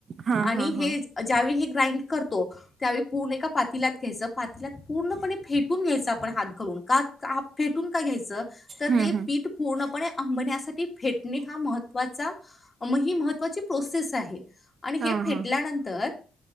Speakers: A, on the right; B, on the left.
A: हा
B: आणि
A: हा
B: हे
A: हा
B: ज्याळी ग्राईंड करतो त्यावेळी पूर्ण ए पातीलात घ्याय पातीलात पूर्णपणे फेटून घ्यायच आपण हात घालून का फेटून काय घ्यायचं तर
A: हम्म
B: ते
A: हम्म
B: पीठ पूर्णपणे आंबण्यासाठी फेट फेटणे हा महत्त्वाचा ही महत्त्वाची प्रोसेस आहे आणि हे
A: हा
B: फेटल्यानंतर
A: हा